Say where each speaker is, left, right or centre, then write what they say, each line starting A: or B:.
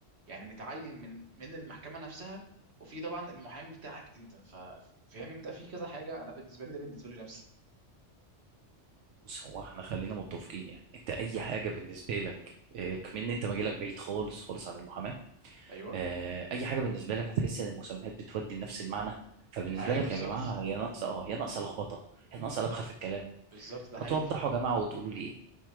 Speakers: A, on the right; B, on the right.
A: يعني متعين من من المحكمة نفسها وفي طبعا المحامي بتاعك انت ف- فاهم انت في كذا حاجة انا بالنسبة لي ده بالنسبة لي لبس
B: بص هو احنا خلينا متفقين يعني انت اي
A: اه
B: حاجه بالنسبه لك آه، كمان انت مجالك بعيد خالص خالص عن المحاماه
A: ايوه
B: آه، اي حاجه بالنسبه لك هتحس ان المسميات بتودي لنفس المعنى فبالنسبه
A: ايوه
B: لك
A: بالظبط
B: يا جماعه هي ناقصه اه هي ناقصه لخبطه هي ناقصه لبخه في الكلام
A: بالظبط ده
B: ما
A: حقيقي
B: توضحوا يا جماعه وتقولوا لي إيه.